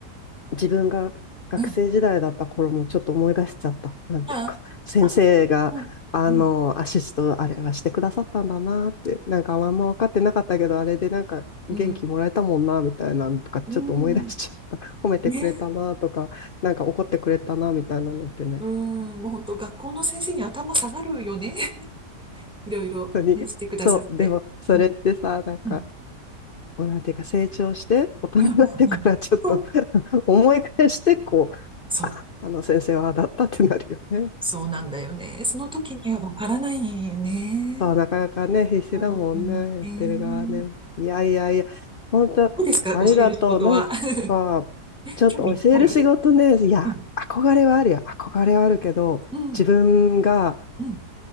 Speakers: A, on the left; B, in the centre.
A: 自分が学生時代だった頃もちょっと思い出しちゃった。
B: うん、
A: なんていうか、
B: あ、
A: 先生が、
B: あ、うん、
A: あの、
B: うん、
A: アシストあれはしてくださったんだなって、なんかあんま分かってなかったけど、あれでなんか元気もらえたもんな、
B: うん、
A: みたいなのとか、ちょっと思い出しちゃった。
B: うん、
A: 褒めてくれたなとか、
B: ね、
A: なんか怒ってくれたな、みたいなのってね、
B: うん、もう本当学校の先生に頭下がるよね。<laughs> いろいろね、
A: 本当に。
B: してくださって。
A: そう、でも、それってさ、
B: うん、
A: なんか、
B: うん、
A: こうなんていうか成長して、大人になってからちょっと
B: うん、うん。うんそう。
A: <laughs> 思い返して、こう、
B: そう
A: あ、あの先生はだったってなるよね。
B: そうなんだよね。その時にはわからないよね。
A: <laughs> そう、なかなかね、必死だもんね、
B: うん、
A: やってる側ね。
B: えー、
A: いやいやいや、本当ありがとう。
B: どうですか、教える仕事は。
A: なんか、
B: <laughs>
A: ちょっと教える仕事ね、
B: 興味ある
A: いや、
B: うん、
A: 憧れはあるよ。憧れはあるけど、
B: うん、
A: 自分が
B: うん、